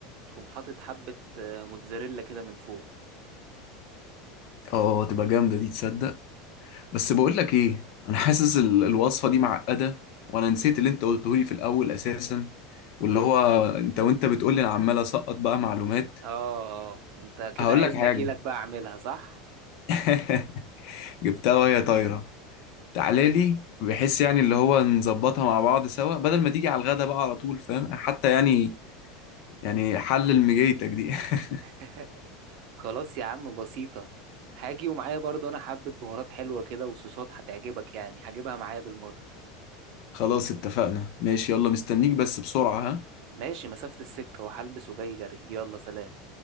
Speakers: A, on the right; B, on the left.
A: تقوم حاطط حبة آه، موتزاريلا كده من فوق
B: اه تبقى جامدة دي تصدق بس بقول لك ايه انا حاسس ال- الوصفة دي معقدة وانا نسيت اللي انت قلته لي في الاول اساسا واللي هو انت وانت بتقول لي انا عمال اسقط بقى معلومات
A: اه اه انت كده
B: هقول
A: عايزني
B: لك حاجة
A: اجيلك بقى اعملها صح
B: <laughs> جبتها وهي طايرة تعالى لي بحيث يعني اللي هو نظبطها مع بعض سوا بدل ما تيجي على الغدا بقى على طول فاهم حتى يعني يعني حلل مجيتك دي <laughs>
A: <laughs> خلاص يا عم بسيطة هاجي ومعايا برضو انا حبة بهارات حلوة كده وصوصات هتعجبك يعني هجيبها معايا بالمرة
B: خلاص اتفقنا ماشي يلا مستنيك بس بسرعة ها
A: ماشي مسافة السكة وهلبس وجاي جري يلا سلام